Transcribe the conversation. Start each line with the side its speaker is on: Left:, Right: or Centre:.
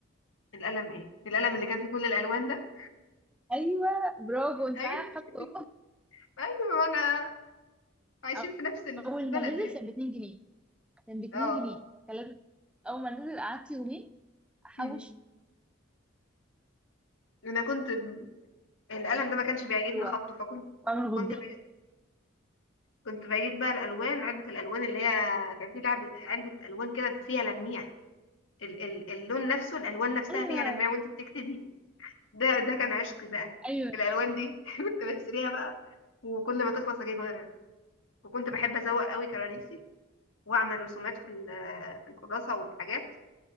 Left: القلم ايه القلم اللي كان فيه كل الالوان ده
Centre: ايوه برافو انت
Left: ايوه
Centre: معايا في خطه
Left: <laughs> ايوه انا عايشين
Centre: <laughs>
Left: في نفس البلد
Centre: اول ما نزل
Left: يعني
Centre: كان ب 2 جنيه كان ب 2
Left: اه
Centre: جنيه كان لازم- اول ما نزل قعدت يومين احوش
Left: أمم. انا كنت ب- القلم ده ما كانش بيعجبني
Centre: حلوه
Left: خطه فكنت
Centre: واعمل غدين
Left: كنت ب... كنت بجيب بقى الالوان علبه الالوان اللي هي كان في لعب علبه الوان كده فيها لميع ال... ال... اللون نفسه الالوان نفسها
Centre: ايوه
Left: فيها لميع وانت بتكتبي ده ده كان عشقي بقى
Centre: ايوه
Left: الالوان دي <laughs> كنت بشتريها بقى وكل ما تخلص اجيب غيرها وكنت بحب ازوق قوي كراريسي واعمل رسومات في ال- في الكراسه والحاجات